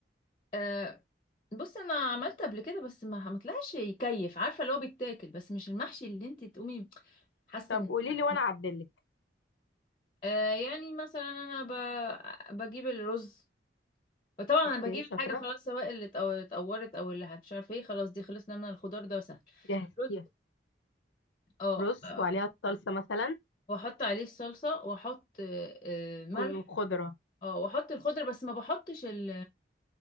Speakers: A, on the left; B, on the left.
A: أه بص انا عملت قبل كده بس ما ما طلعش يكيف عارفه اللي هو بيتاكل بس مش المحشي اللي انت تقومي حاسه
B: طب
A: ان
B: قولي
A: كده
B: لي وانا اعدلك
A: أه يعني مثلا انا ب... بجيب الرز فطبعا
B: اوكي
A: انا بجيب
B: شاطرة
A: الحاجه خلاص سواء اللي اتقو- اتقورت او اللي مش عارفه ايه خلاص دي خلصنا من الخضار ده سهل
B: جهزتيها
A: رز اه
B: رز
A: آه،
B: وعليها الصلصة مثلا
A: واحط عليه الصلصه واحط آه، آه، ملح
B: وخضرة
A: اه واحط الخضر بس ما بحطش ال